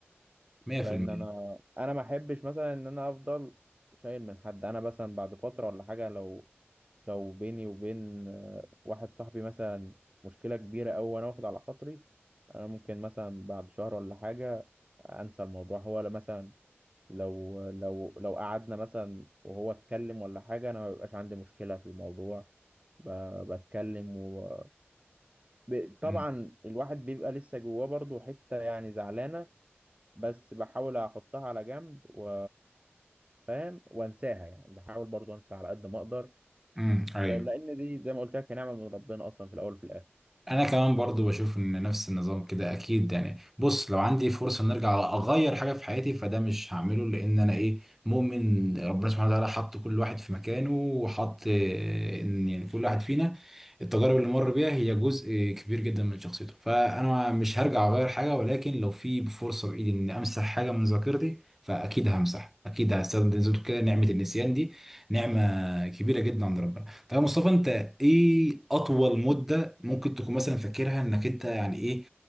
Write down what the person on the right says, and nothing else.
لان انا انا ما احبش مثلا ان انا افضل شايل من حد انا مثلا بعد فتره ولا حاجه لو لو بيني وبين آه، واحد صاحبي مثلا مشكله كبيره أوي وانا واخد على خاطري انا ممكن مثلا بعد شهر ولا حاجه انسى الموضوع هو لا مثلا لو لو لو قعدنا مثلا وهو اتكلم ولا حاجه انا ما بيبقاش عندي مشكله في الموضوع ب- بتكلم و... ب- طبعا
الواحد بيبقى لسه جواه برضه حته يعني زعلانه بس بحاول احطها على جنب و... فاهم وانساها يعني بحاول برضو انسى على قد ما اقدر
آه، لان دي زي ما قلت لك نعمه من ربنا اصلا في الاول وفي الاخر